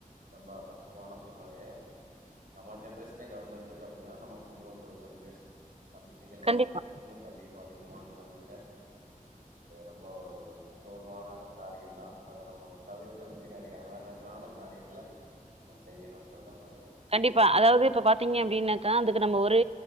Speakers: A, on the right (about 80°); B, on the right (about 45°).
A: ரொம்ப கஷ்டமான சூழ்நிலைய நம்ம ஜென்ரேஷனே கடந்துட்டு இருக்கு அப்டி சொன்னா நமக்கு பின்ன வர கூடிய ஒரு சந்தேச சந்ததிகள் வந்து
B: கண்டிப்பா
A: இன்னு கண்டிப்பா அதிகமான நெலைமையில ரொம்ப ஒரு சோர்வான காரியதா அத நம்ம தவிர்க்கிறதுக்கு நெறைய அவேர்னஸானா காரியங்கள்ல நம்ம செய்யனுன்றதா நல்
B: கண்டிப்பா அதாவது இப்ப பாத்தீங்க அப்டின்னாக்கா அதுக்கு நம்ம ஒரு